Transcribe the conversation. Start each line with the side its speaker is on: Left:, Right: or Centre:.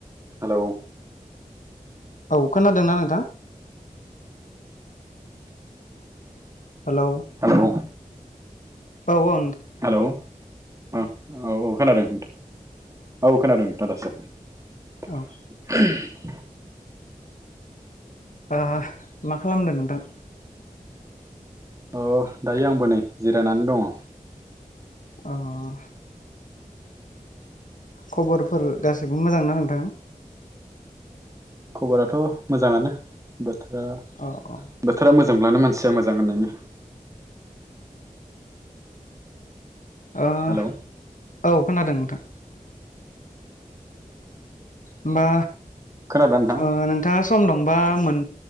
Right: हेलौ।
Left: औ खोनादोंना नोंथा? हेलौ।
Right: हेलौ
Left: औ ओ।
Right: हेलौ औ औ खोनादों औ खोनादों नोंथां दासो। <unintelligible>
Left: औ ओ मा खालामदों नोंथां?
Right: अ दायो आंबो नै जिरायनानै दङ'।
Left: अ अ। खबरफोर गासैबो मोजां ना नोंथां?
Right: खबराथ' मोजाङानो बोथोरा
Left: औ औ
Right: बोथोरा मोजांब्लानो मान- सिया मोजां होननायनि
Left: ओ
Right: हेलौ
Left: औ खोनादों नोंथां। होमबा
Right: खोनादोंना नोंथां
Left: ओ नोंथाङा सम दं बा मोन